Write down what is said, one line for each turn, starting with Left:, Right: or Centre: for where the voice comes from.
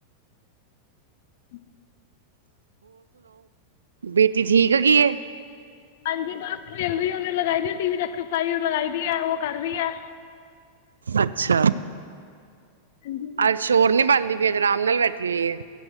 Left: ਹੂੰ
Right: ਬੀ ਇਹ ਠੀਕ ਹੈਗੀ ਏ।
Left: ਹਾਂਜੀ ਬਸ ਖੇਲ ਵੀ ਉਹਨੇ ਲਗਾਈ ਦੀ ਟੀਵੀ ਤੇ ਐਕਸਰਸਾਈਜ਼ ਲਗਾਈ ਦੀ ਹੈ ਉਹ ਕਰ ਰਹੀ ਹੈ।
Right: ਅੱਛਾ।
Left: ਹਾਂਜੀ
Right: ਅੱਜ ਸ਼ੋਰ ਨੀ ਪਾਂਦੀ ਪਈ, ਅੱਜ ਆਰਾਮ ਨਾਲ ਬੈਠੀ ਹੋਈ ਏ।